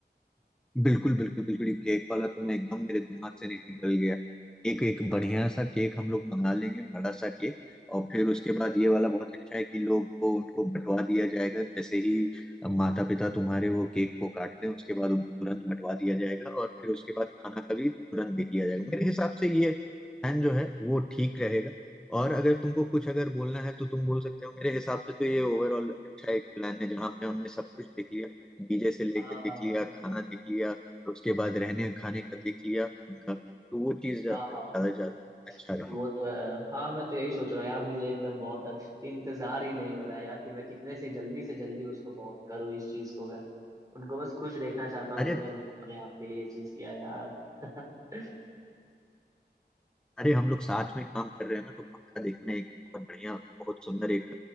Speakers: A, in the centre; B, on the right (about 20°).
A: बिल्कुल बिल्कुल बिल्कुल ये केक वाला तो मैं एकदम मेरे दिमाग से निकल गया एक एक
B: हाँ
A: बढ़िया सा केक हम लोग मंगा लेंगे बड़ा सा केक और फिर उसके बाद ये वाला बहुत अच्छा है कि लोग को उनको बंटवा दिया जाएगा जैसे ही माता पिता तुम्हारे वो केक को काट दें उसके बाद उनको तुरंत बंटवा दिया जाएगा और फिर उसके बाद खाना का भी तुरंत दे दिया जाएगा मेरे हिसाब से ये प्लान जो है वो ठीक रहेगा और अगर तुमको कुछ अगर बोलना है तो तुम बोल सकते हो मेरे हिसाब से तो ये ओवरऑल अच्छा एक प्लान है जहाँ पे हमने सब कुछ देख लिया डीजे से लेके
B: हाँ
A: देख लिया खाना देख लिया तो उसके बाद रहने खाने का देख लिया उनका तो वो चीज ज्यादा
B: हाँ हाँ हाँ,
A: ज्यादा अच्छा रहे
B: वो तो है हाँ मैं तो यही सोच रहा हूँ यार मुझे एकदम बहुत अच्छ- इंतजार ही नहीं हो रहा है यार कि मैं कितने से जल्दी से जल्दी उसको पहुंच करूँ इस चीज को मैं उनको बस खुश देखना चाहता हूँ
A: अरे
B: कि अरे भाई मैंने आपके लिए ये चीज किया यार <laughs>
A: अरे हम लोग साथ में काम कर रहे हैं ना तो पक्का देखना एक बहुत बढ़िया बहुत सुंदर एक